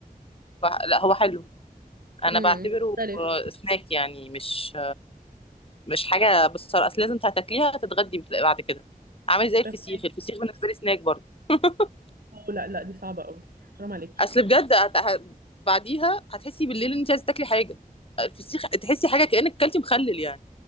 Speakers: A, on the left; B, on the right.
A: بح... لا هو حلو انا
B: امم
A: بعتبره
B: مختلف
A: سناك يعني مش مش حاجه بالصراحه اصل لازم تاكليها تتغدي بت- بعد كده عامل زي الفسيخ
B: فهمك
A: الفسيخ بالنسبه لي سناك برضه <laughs>
B: لا لا دي صعبه قوي حرام عليكي
A: اصل بجد هت- ه- بعديها هتحسي بالليل ان انت عايزه تاكلي حاجه الفسيخ تحسي حاجه كانك كلتي مخلل يعني